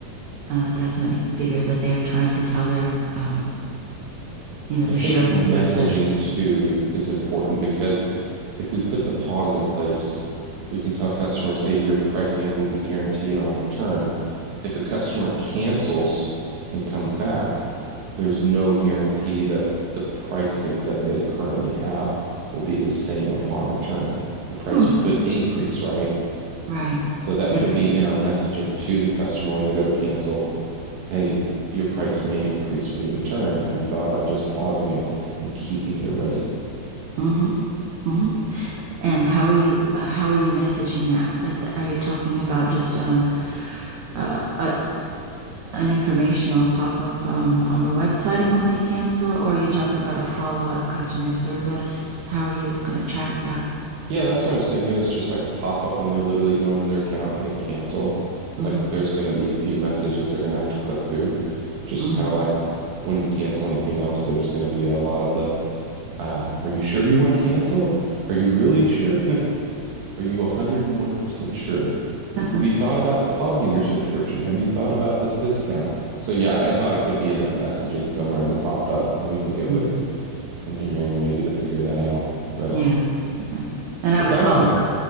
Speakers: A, on the right; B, on the right.
A: uh definitely figure that they're trying to tell their um, you know, their
B: I think
A: shareholders
B: messaging
A: that
B: too is important because if we put the pause in place, we can tell customers, hey, your pricing will be guaranteed on return. If a customer cancels and comes back, there's no guarantee that the pricing that they currently have will be the same upon return. The price
A: hmm,
B: could increase, right?
A: right.
B: So that
A: Yes.
B: could be in our messaging to the customer when they go to cancel. Hey, your price may increase when you return. Have you thought about just pausing it and keeping your rate?
A: Mm-hmm. Mm-hmm. And how are you uh, how are you messaging that? Is that, are you talking about just uh uh, uh, an informational pop-up um, on the website when they cancel, or are you talking about a follow-up customer service? How are you going to track that?
B: Yeah, that's what I was thinking is just like a pop-up when they literally go into their account and hit cancel.
A: hmm
B: Like there's going to be a few messages they're going to have to click through. Just
A: hmm
B: kind of like when you cancel anything else, there's going to be a lot of the, uh, are you sure you want to cancel? Are you really sure? Are you 101% sure?
A: Mhm.
B: Have you thought about pausing your subscription? Have you thought about this discount? So, yeah, I thought it could be in that messaging somewhere in the pop-up, and we can get
A: <laughs>
B: with engineering maybe to figure that out. But
A: Yeah, yeah. And I
B: it
A: would
B: sounds
A: follow
B: like,
A: up,